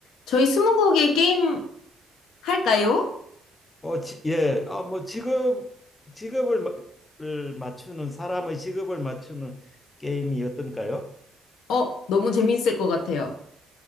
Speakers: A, on the left (about 85°); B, on the left (about 20°).
A: 저희 스무고개 게임 할까요?
B: 어, 지, 예. 아, 뭐 직업 직업을 마- 을 맞추는 사람의 직업을 맞추는 게임이 어떤가요?
A: 어, 너무 재밌을 것 같아요.